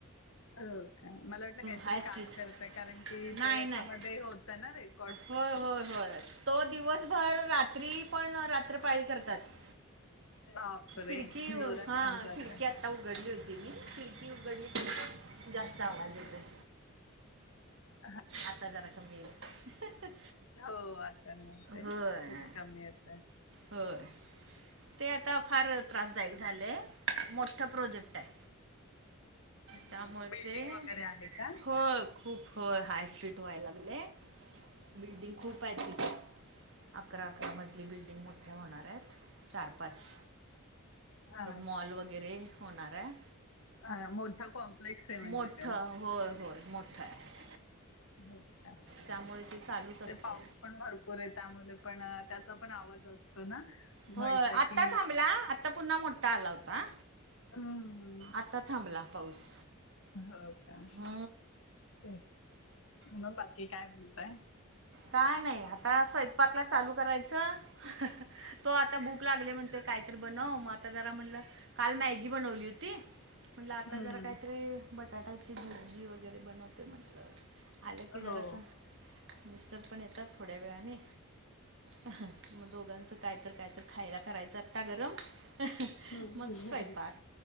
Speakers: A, on the left; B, on the right.
A: हो का मला वाटल काहीतरी
B: हाय स्ट्रीट
A: काम करत कारण की
B: नाही
A: ते याच्यामध्ये
B: नाही
A: होताना रेट.
B: होय होय होय तो दिवसभर रात्री. पण रात्र पाळी करतात
A: बापरे
B: खिडकी
A: जोरात
B: हा
A: काम चालू
B: खिडकी
A: आहे
B: आता. उघडली होती मी खिडकी उघडली जास्त आवाज येतो
A: हा
B: आता जरा कमी येईल.
A: हो आता नाही येत आहे
B: होय
A: थोडा कमी येतोय.
B: होय ते आता फार त्रासदायक झाल आहे मोठा प्रोजेक्ट आहे.
A: अच्छा
B: त्यामुळे
A: बिल्डिंग
B: ते
A: वगैरे आहे का?
B: होय खूप. होय हाय स्ट्रीट व्हायला लागले बिल्डिंग खूप आहे तिथे. अकरा अकरा मजली बिल्डिंग मोठ्या होणार आहेत चार पाच
A: हा
B: मॉल वगैरे होणार आहे.
A: अ मोठा कॉम्प्लेक्स आहे म्हणजे
B: मोठं
A: ते.
B: होय होय मोठं आहे
A: हो का?
B: त्यामुळे ते चालूच असते
A: ते पाऊस पण भरपूरे, त्यामुल पण त्याचा पण आवाज असतो ना.
B: होय.
A: म्हटलं
B: आत्ता
A: की
B: थांबला आत्ता पुन्हा मोठ्ठा आलाउता.
A: हम्म.
B: आत्ता थांबला पाऊस.
A: हो का?
B: हम्म.
A: तेच. मग बाकी काय म्हणताय?
B: काय नाई. आता स्वयपाकला चालू करायचं. हं हं तो आता बुक भूक लागलीय म्हणतोय कायतरी बनव, मग आता जरा म्हणलं काल मॅगी बनवली हुती म्हटलं आता
A: हम्म
B: जरा कायतरी बटाट्याची भजी वगैरे बनवते म्हटलं. आलं की
A: हो.
B: जरास मिस्टर पण येतात थोड्या वेळाने, अ हा, मग दोघांचं काय तर काय तर खायला करायच आता गरम अ हं
A: हम्म.
B: मग स्वयपाक